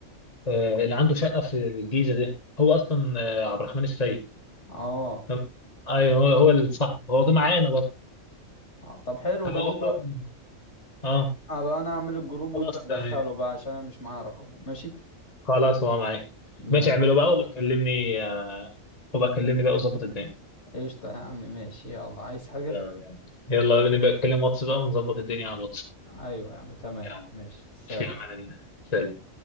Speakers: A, on the left (about 30°); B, on the left (about 55°).
A: آه، اللي عنده شقه في الجيزه ده هو اصلا آه، عبد الرحمن السيد
B: اه
A: لو- ايوه هو هو اللي صح هو كان معانا برضه
B: اه، طب حلو
A: هبقول
B: ده والله
A: له اه
B: ابقى انا اعمل الجروب
A: خلاص
B: وانت تدخله
A: تمام
B: بقى عشان انا مش معايا رقمه ماشي
A: خلاص هو معايا
B: ماشي
A: ماشي اعمله بقى وبكلمني آه، وبكلمني بقى وظبط الدنيا
B: قشطة يا عم ماشي يلا عايز حاجة
A: تمام، يلا يلا نبقى نتكلم واتس بقى ونظبط الدنيا على الواتس
B: ايوه يا عم تمام
A: يلا
B: ماشي سلام
A: في امان الله سلام